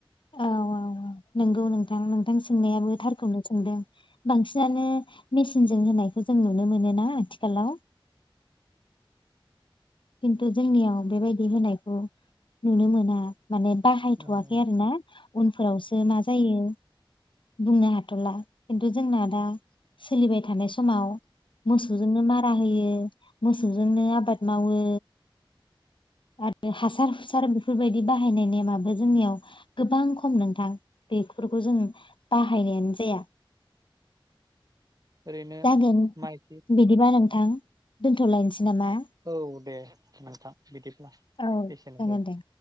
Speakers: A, on the left (about 65°); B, on the right (about 45°).
A: औ औ औ नंगौ नोंथां नोंथां सोंनायाबो थारखौनो सोंदों बांसिनानो जों होनायखौ जों नुनो मोनो ना आथिखालाव खिन्थु जोंनियाव बेबायदि होनायखौ नुनो मोना माने बाहायथ'वाखै
B: औ-औ-औ-औ-औ
A: आरो ना उनफोरावसो मा जायो बुंनो हाथ'ला खिन्थु जोंना दा सोलिबाय थानाय सम समाव मोसौजोंनो मारा रा होयो मोसौजोंनो आबाद मावो आरो हासार हुसार बेफोरबायदि बाहायनाय नेमाबो जोंनियाव गोबां खम नोंथां बेफोरखौ जों बाहायनायानो जाया
B: ओरैनो
A: जागोन
B: माइखि
A: बिदिबा नोंथां दोन्थ'लायनोसै नामा
B: औ दे नोंथां बिदि
A: औ
B: एसेनो
A: जागोन
B: सै
A: दे।